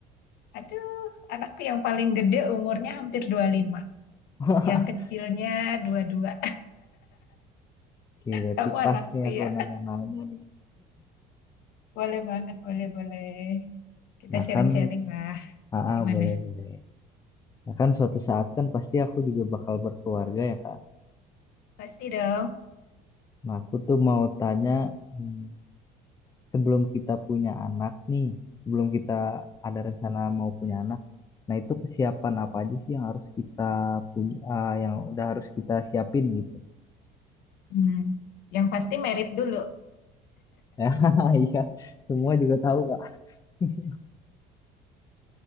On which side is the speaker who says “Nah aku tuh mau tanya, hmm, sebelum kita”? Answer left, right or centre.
Left